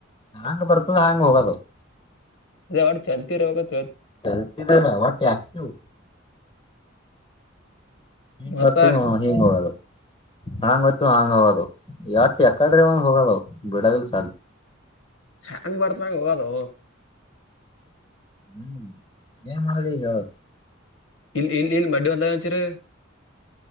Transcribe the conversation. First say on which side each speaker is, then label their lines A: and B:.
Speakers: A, on the left; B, on the left.
A: ಹಾಂಗ ಬರ್ತದ ಹಾಂಗ ಹೋಗೋದು
B: ಅ ವಟ್ ಚಾಲ್ತಿ ಇರ್ಬೇಕತ್
A: <unintelligible> ಆಕ್ಟಿವ್ ಹ
B: ಮತ್ತ
A: ಮ ಹಿಂಗ ಹೋಗದು ಹಾಂಗ್ ಹೊಯ್ತು ಹಾಂಗ ಹೋಗೋದ್ ವಟ ಯಕಡ್ರೆ ಒಂದ ಹೋಗದವ್ ಬಿಡಲ್ ಸಾ
B: ಹ ಹಂಗ ಬರ್ತಂಗ ಹೋಗದು
A: ಹ್ಮ್ ಮಾಡದಿಗ ಹೇಳ
B: ಇ ಇನ್ ಇನ್ ಮಡ್ಡಿ ಹೊಲದಾಗ ಏನು ಹಚ್ಚಿರಿ